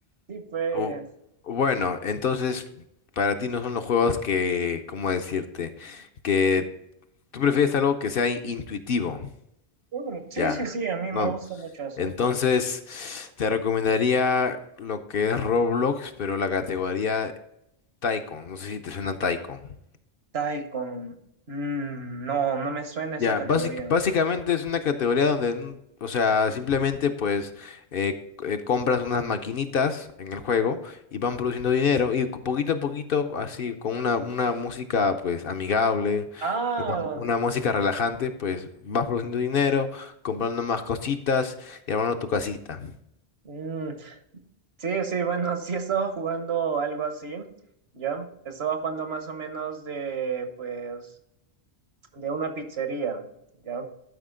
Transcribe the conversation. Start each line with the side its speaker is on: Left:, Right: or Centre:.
Right: Sí, pues,
Left: O- bueno, entonces, para ti no son los juegos que, ¿cómo decirte? Que tú prefieres algo que sea in- intuitivo,
Right: mm,
Left: ya.
Right: sí, sí, sí, a mí
Left: No.
Right: me gusta mucho eso.
Left: Entonces, te recomendaría lo que es Roblox, pero la categoría Tycoon. No sé si te suena Tycoon.
Right: Taikon, mm, no, no me suena esa
Left: Ya,
Right: categoría.
Left: básic- básicamente es una categoría donde, n- o sea, simplemente pues eh, c- eh, compras unas maquinitas en el juego y van produciendo dinero y co- poquito a poquito, así, con una, una música pues amigable,
Right: Ah,
Left: una, una música relajante, pues vas produciendo dinero, comprando más cositas y armando tu casita.
Right: mm, sí, sí, bueno, <laughs> sí estaba jugando algo así, ¿ya? Estaba jugando más o menos de, pues, de una pizzería. ¿ya?